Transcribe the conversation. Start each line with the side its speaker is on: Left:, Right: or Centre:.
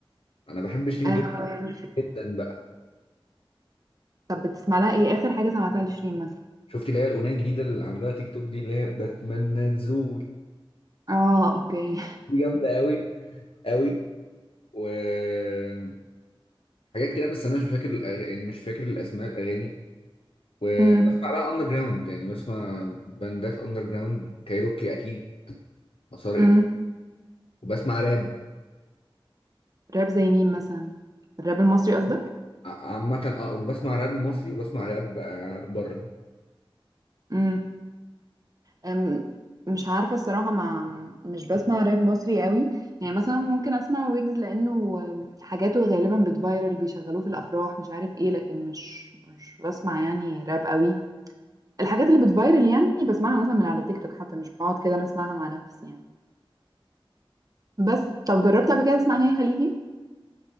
Left: انا بحب شيرين
Right: أه
Left: جدا جدا بقى
Right: طب بتسمع لها ايه اخر حاجه سمعتها لشيرين مثلا
Left: شفتي اللي هي الاغنيه الجديده اللي عملوها تيك توك دي اللي هي بتمنى تزول
Right: اه اوكي
Left: دي جامده قوي قوي وحاجات كده بس انا مش فاكر الأغ... يعني مش فاكر الاسماء الاغاني وبسمع
Right: امم
Left: بقى اندر جراوند يعني بسمع باندات اندر جراوند كايروكي اكيد مسار
Right: امم
Left: وبسمع راب
Right: راب زي مين مثلا الراب المصري قصدك
Left: ع- عامه اه وبسمع راب مصري وبسمع راب آه، بره
Right: امم أم، مش عارفه الصراحه مع مش بسمع راب مصري قوي يعني مثلا ممكن اسمع ويجز لانه أم، حاجاته غالبا بتفايرل بيشغلوه في الافراح مش عارف ايه لكن مش مش بسمع يعني راب قوي الحاجات اللي بتفايرل يعني بسمعها مثلا من على تيك توك حتى مش بقعد كده انا اسمعها مع نفسي يعني بس طب جربت قبل كده تسمع اغاني خليجي